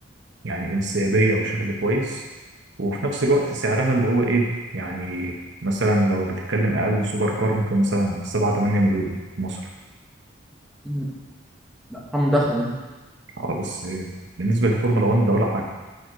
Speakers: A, on the right; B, in the centre.
A: يعني انسيابية وشكل كويس وفي نفس الوقت سعرها اللي هو إيه يعني مثلا لو بتتكلم أقل سوبر كار ممكن مثلا 7 8 مليون في مصر
B: امم. ارقام ضخمه يعني
A: أه بس بالنسبة للفورمولا 1 ده ولا حاجة